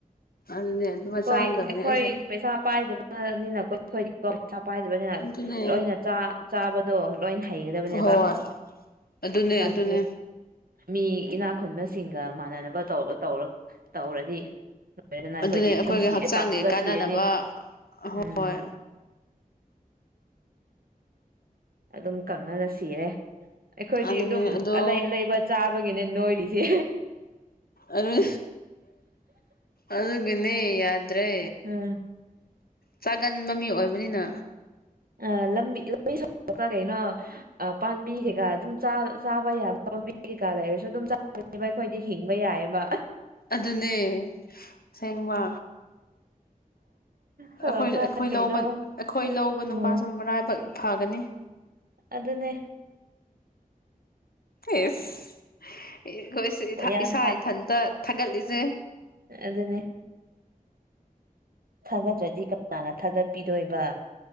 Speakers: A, on the left; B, on the right.
A: ꯑꯗꯨꯅꯦ ꯑꯗꯨꯃꯥꯏ
B: ꯑꯩꯈꯣꯏ
A: ꯆꯥꯒꯗꯕꯅꯦ
B: ꯑꯩꯈꯣꯏ
A: ꯑꯩꯁꯨ
B: ꯄꯩꯁꯥ ꯄꯥꯏꯗꯕꯅꯤꯅ ꯀꯣꯏꯊꯣꯛꯏꯗꯣ ꯄꯩꯁꯥ ꯄꯥꯏꯗꯕꯅꯤꯅ
A: ꯑꯗꯨꯅꯦ
B: ꯂꯣꯏꯅ ꯆꯥ ꯆꯥꯕꯗꯣ ꯂꯣꯏꯅ ꯍꯩꯒꯗꯕꯅꯦꯕ
A: ꯍꯣꯏ ꯑꯗꯨꯅꯦ
B: ꯀꯔꯤ
A: ꯑꯗꯨꯅꯦ
B: ꯃꯤ ꯏꯅꯥ ꯈꯨꯟꯕꯁꯤꯡꯒ ꯃꯥꯟꯅꯅꯕ ꯇꯧꯔ ꯇꯧꯔ ꯇꯧꯔꯗꯤ ꯂꯣꯏꯔꯦꯗꯅ ꯑꯩꯈꯣꯏꯗꯤ
A: ꯑꯗꯨꯅꯦ ꯑꯩꯈꯣꯏꯒꯤ
B: ꯑꯗꯨꯝ ꯁꯤꯔꯦ
A: ꯍꯛꯆꯥꯡꯒꯤ
B: ꯀꯥꯑꯒ
A: ꯀꯥꯟꯅꯅꯕ
B: ꯁꯤꯔꯅꯤ
A: ꯍꯣꯏ
B: ꯎꯝ ꯑꯗꯨꯝ ꯀꯪꯉꯒꯥ ꯁꯤꯔꯦ ꯑꯩꯈꯣꯏꯗꯤ
A: ꯑꯗꯨꯅꯦ
B: ꯗꯨꯝ
A: ꯑꯗꯣ
B: ꯑꯂꯩ ꯑꯂꯩꯕ ꯆꯥꯕꯒꯤꯅꯦ ꯅꯣꯏꯔꯤꯁꯦ
A: ꯑꯗꯨ ꯑꯗꯨꯒꯤꯅꯦ ꯌꯥꯗ꯭ꯔꯦ
B: ꯎꯝ
A: ꯆꯥꯒꯟꯕ ꯃꯤ ꯑꯣꯏꯕꯅꯤꯅ
B: <unintelligible> <unintelligible> ꯅꯦꯕ ꯑꯩꯈꯣꯏꯗꯤ ꯍꯤꯡꯕ ꯌꯥꯏꯑꯦꯕ
A: ꯑꯗꯨꯅꯦ ꯁꯦꯡꯕ
B: ꯁꯣꯔꯣꯛꯇ
A: ꯑꯩꯈꯣꯏ ꯑꯩꯈꯣꯏ
B: ꯀꯩꯅꯣ
A: ꯂꯧꯕ ꯑꯩꯈꯣꯏ ꯂꯧꯕ
B: ꯎꯝ
A: ꯅꯨꯄꯥꯁꯨ ꯃꯔꯥꯏꯕꯛ ꯐꯒꯅꯤ
B: ꯑꯗꯨꯅꯦ
A: ꯑꯦꯁ ꯑꯩꯈꯣꯏ ꯁꯨ ꯏꯊꯥ
B: ꯌꯥꯝ
A: ꯏꯁꯥ ꯏꯊꯟꯇ ꯊꯥꯒꯠꯂꯤꯁꯦ
B: ꯑ ꯑꯗꯨꯅꯦ ꯊꯥꯒꯠꯇ꯭ꯔꯗꯤ ꯀꯅꯥꯅ ꯊꯥꯒꯠꯄꯤꯗꯣꯏꯕ